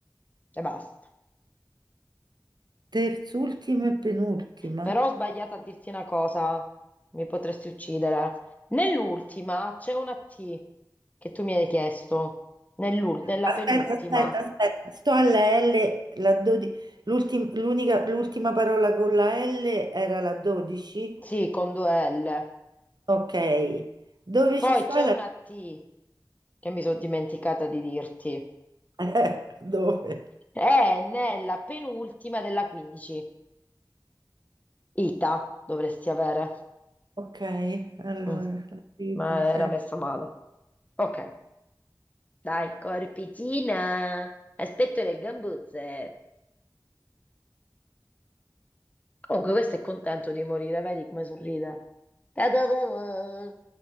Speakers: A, on the left; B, on the right.
A: e basta.
B: Terz'ultima e penultima.
A: Però ho sbagliato a dirti una cosa, mi potresti uccidere. Nell'ultima c'è una T che tu mi hai chiesto, Nell'ul- nella
B: Aspetta,
A: penultima,
B: aspetta, aspetta. Sto alla L, la 12 l'ultim- l'unica- l'ultima parola con la L era la 12.
A: sì, con due L.
B: Ok. Dove
A: Poi
B: ci sta
A: c'è
B: la
A: una T che mi sono dimenticata di dirti.
B: <laughs> Eh, dove?
A: È nella penultima della 15. Ita dovresti avere.
B: Ok, allora,
A: Mm,
B: la vita,
A: ma era
B: eh.
A: messa male. Ok. Dai, corpicina! Aspetto le gambuzze. Comunque, questo è contento di morire, vedi come sorride. Ta-da-da-da.